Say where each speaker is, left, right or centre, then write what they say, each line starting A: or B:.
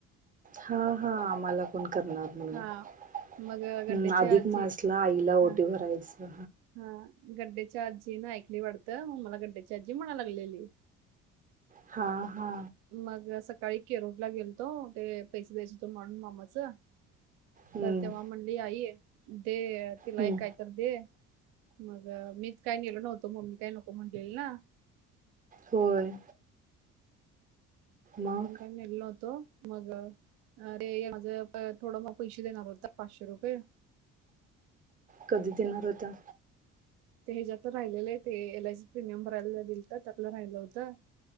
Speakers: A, on the right (about 20°); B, on the right (about 60°).
A: हा हा आम्हाला कोण करणार म्हण
B: हा मग गड्ड्याची
A: अधिक
B: आजी
A: मासला आईला
B: हा
A: ओटी भरायच <unintelligible>
B: हा गड्डेच्या आजी न ऐकली वाटतं मग मला गड्डे्याची आजी म्हणा लागलेली.
A: हा हा
B: मग सकाळी केरोळला गेल तो ते पैसे द्यायच होत म्हणून मामाचं
A: हम्म
B: तर तेव्हा मंडली आई हम्म. ते तिला
A: हम्म
B: एक कायतर दे. मग मीच काही नेलो नव्हतो मम्मी काही नको म्हंटलेली ना.
A: होय मग
B: अवन काय नेल्लोत तो मग ते माझ थोडं मग पैसे देणार होत पाचशे रुपये
A: कधी देणार होता?
B: ते ह्याच्यातलं राहिलेले ये ते एल आय सी प्रीमियम भरायला दिलतं त्यातलं राहिलं होत